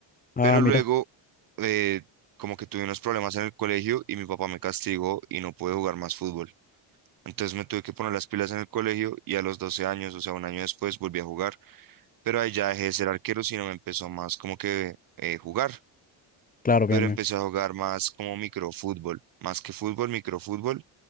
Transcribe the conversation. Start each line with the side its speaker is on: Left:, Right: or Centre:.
Left: Ah,
Right: pero
Left: mira.
Right: luego eh, como que tuve unos problemas en el colegio y mi papá me castigó y no pude jugar más fútbol. Entonces me tuve que poner las pilas en el colegio y a los 12 años, o sea, un año después, volví a jugar, pero ahí ya dejé de ser arquero, sino me empezó más como que eh, jugar,
Left: Claro,
Right: pero
Left: bien,
Right: empecé
Left: bien.
Right: a jugar más como microfútbol, más que fútbol, microfútbol